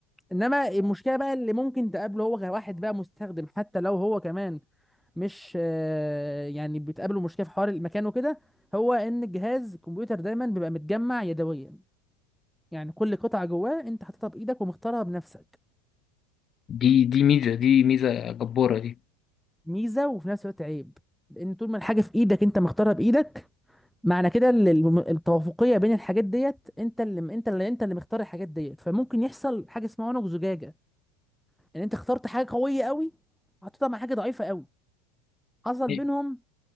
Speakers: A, in the centre; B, on the left.
A: انما المشكله بقى اللي ممكن تقابله هو كواحد بقى مستخدم حتى لو هو كمان مش آه، يعني بتقابله مشكله في حوار المكان وكده هو ان الجهاز الكمبيوتر دايما بيبقى متجمع يدويا يعني كل قطعة جواه انت حاططها بايدك ومختارها بنفسك
B: دي دي ميزه دي ميزه جباره دي
A: ميزة وفي نفس الوقت عيب لان طول ما الحاجة في ايدك انت مختارها بايدك معنى كده ال- الم- التوافقية بين الحاجات ديت انت اللي انت اللي انت اللي مختار الحاجات ديت فممكن يحصل حاجة اسمها عنق زجاجة ان انت اخترت حاجة قوية قوي حطيتها مع حاجة ضعيفة قوي حصل
B: أيوة.
A: بينهم